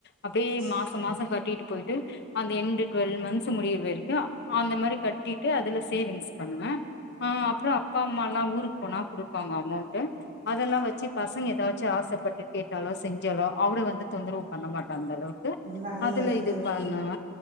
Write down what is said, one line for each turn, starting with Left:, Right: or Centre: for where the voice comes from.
Left: அப்டியே
Right: சி-
Left: மாச மாச கட்டிட்டு போ ய்ட்டு அந்த என்டு ட்வெல் மன்த்ஸ் முடியுற வரைக்கு அந்த மாரி கட்டிட்டு அதுல சேவிங்ஸ் பண்ணுவ ஆ அப்பற அப்பா அம்மாலா ஊருக்கு போனா குடுப்பாங்க அமௌண்ட்டு அதெல்லா வெச்சு பசங்க எதாச்சு ஆசப்பட்டு கேட்டாலோ செஞ்சாலோ அவரு வந்து தொந்தரவு பண்ண மாட்ட அந்த அளவுக்கு
Right: நல்லது
Left: அதுல இது
Right: தோழி
Left: பண்ணுவ